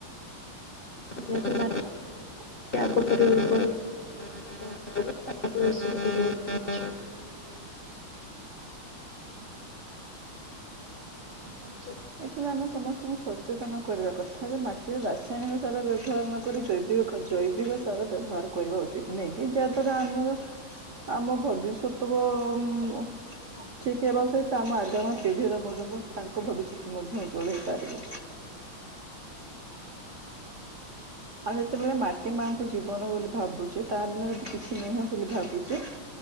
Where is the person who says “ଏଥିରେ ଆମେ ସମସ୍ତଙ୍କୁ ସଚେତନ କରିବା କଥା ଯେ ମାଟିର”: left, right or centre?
Right